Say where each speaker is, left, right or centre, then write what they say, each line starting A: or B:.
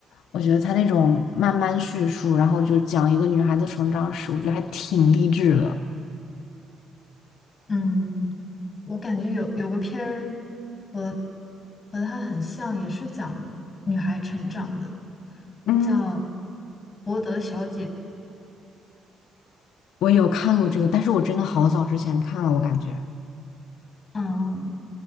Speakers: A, on the left; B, on the left.
A: 我觉得他那种慢慢叙述，然后就讲一个女孩子成长史，我觉得还挺励志的。
B: 嗯，我感觉有有个片儿和和它很像，也是讲女孩成长的。
A: 嗯，
B: 叫博德小姐。
A: 我有看过这个，但是我真的好早之前看了，我感觉，
B: 嗯，